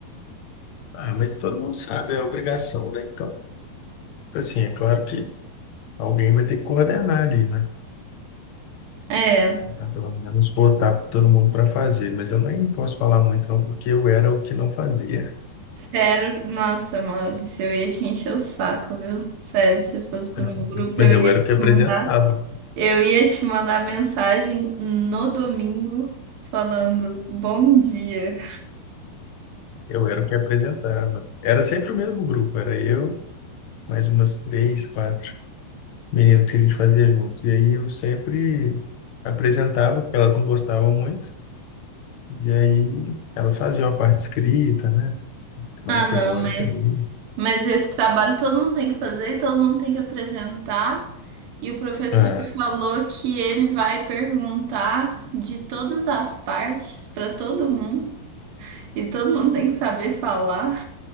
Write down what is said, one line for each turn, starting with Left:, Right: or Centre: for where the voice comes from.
Left: Ah, mas todo mundo sabe, é obrigação, né? Então, assim, é claro que alguém vai ter que coordenar ali, né?
Right: É,
Left: Tá, pelo menos botar todo mundo para fazer. Mas eu nem posso falar muito, não, porque eu era o que não fazia.
Right: sério, que- nossa, Maurício, eu ia te encher o saco, viu? Sério, se eu fosse do
Left: né?
Right: meu grupo,
Left: Mas
Right: eu
Left: eu
Right: ia
Left: era
Right: te
Left: o que apresentava.
Right: mandar. Eu ia te mandar mensagem no domingo falando bom dia.
Left: Eu era o que apresentava. Era sempre o mesmo grupo, era eu, mais umas três, quatro. meninas que a gente fazia juntos. E aí eu sempre apresentava, porque elas não gostavam muito. E aí elas faziam a parte escrita, né? Mais
Right: Ah,
Left: teórica
Right: não, mas,
Left: ali.
Right: mas esse trabalho todo mundo tem que fazer, e todo mundo tem que apresentar. E o professor
Left: Ah,
Right: falou que ele vai perguntar de todas as partes para todo mundo. E todo mundo tem que saber falar.